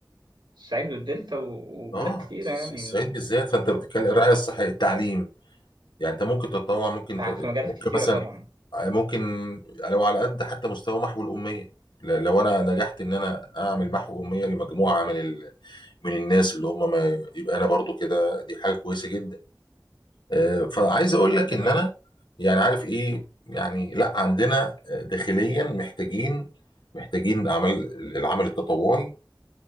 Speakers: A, on the right; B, on the left.
A: الصعيد والدلتا و- وبلاد
B: اه
A: كتيرة يعني
B: الصعيد
A: ال-
B: بالذات فانت بتتكلم الرعايه الصحيه التعليم يعني انت ممكن تتطوع ممكن
A: فع-
B: ت...
A: في مجالات
B: ممكن
A: كتيرة
B: مثلا
A: طبعا
B: آه، ممكن لو على قد حتى مستوى محو الاميه ل- لو انا نجحت ان انا اعمل محو اميه لمجموعه من ال... من الناس اللي هم ما يبقى انا برضو كده دي حاجه كويسه جدا آه فعايز اقول
A: ده
B: لك ان
A: هي
B: انا يعني عارف ايه يعني لا عندنا داخليا محتاجين محتاجين اعمال العمل التطوعي